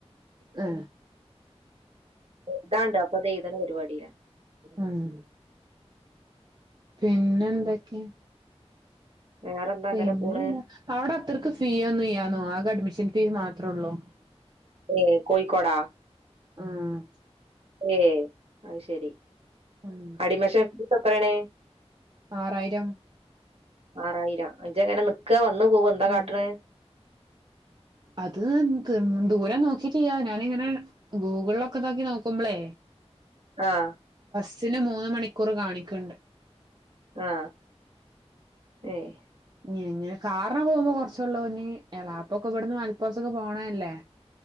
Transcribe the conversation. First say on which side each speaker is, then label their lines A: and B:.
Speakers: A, on the right; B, on the right.
A: ആ
B: ഇതാണ്ട് അപ്പൊതേതാണ് പരിപാടില്ലേ
A: ആഹ് പിന്നെ എന്തൊക്കെയ
B: വേറെന്താ
A: പിന്നെന്താ
B: അങ്ങനെ പോണ്
A: അവടെ അത്രയ്ക്ക് ഫീ ഒന്നുല്യാന്നോ ആകെ അഡ്മിഷ് ഷൻ ഫീ മാത്രേ ഉള്ളൂ
B: ഏ കോഴിക്കോട
A: ആഹ്
B: ഏ അത് ശെരി
A: ഉം
B: അഡ്മിഷൻ ഫീസെത്രാണ്
A: ആറായിരം
B: ആറായിരം ജ് എങ്ങനെ നിക്ക വന്നു പോവ എന്താ
A: ഉം
B: കാട്ട്ന്
A: അത് ന് ക്ക്‌ ദൂരം നോക്കിട്ടിയാം ഞാനിങ്ങനെ ഗൂഗിളിലൊക്കെ നോക്കി നോക്കുമ്പോളേ
B: ആഹ്
A: സിന് മൂന്ന് മണിക്കൂർ കാണിക്ണ്ട്
B: ആ ഏഹ്
A: ഇ ഇങ്ങനെ കാരണം കൊറച്ചുള്ളോണ്ട് എളാപ്പൊക്കെ ഇവിടന്ന് മലപ്പുറത്തൊക്കെ പോണതല്ലേ